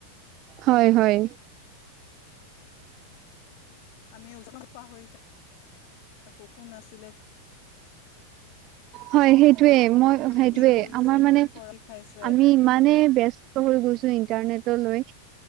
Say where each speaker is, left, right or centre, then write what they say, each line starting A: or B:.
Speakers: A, on the right; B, on the left.
A: হয় হয়
B: আমি ওচমান পাহৰি থাক আ কোন আছিলে
A: হয় সেইটোয়ে মই সেইটোয়ে
B: কি কৰিছে
A: আমাৰ মানে
B: কি কৰি খাইছে
A: আমি ইমানে বস হৈ গৈছো ইন্টাৰনেট লৈ